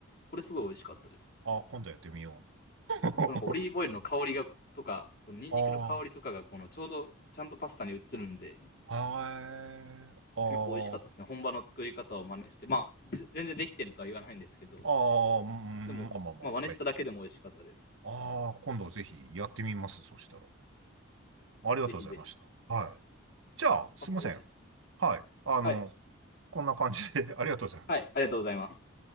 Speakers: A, on the left; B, on the right.
A: これすごい美味しかったです。
B: あー、今度やってみよう。
A: これなんかオリーブオイルの香りが、
B: <laughs>
A: とか、このニンニクの香りとかが、
B: あ
A: このちょうどちゃんとパスタに移るんで、
B: あ、はい。
A: やっぱ美味しかったですね。
B: あ
A: 本場の作り方を真似して。まあ、全然できてるとは言わないんですけど、
B: あ、ああ、うんまあまあまあ、
A: でも、まあ真似しただけでも美味しかったです。
B: はい。ああ、今度ぜひやってみます、そしたら。ありがとうございました。
A: ぜひぜひ。
B: はい。じゃあ、すいません。
A: パスタ美味しい。
B: はい。あの、
A: はい。
B: こんな感じで <laughs> ありがとうございました。
A: はい。ありがとうございます。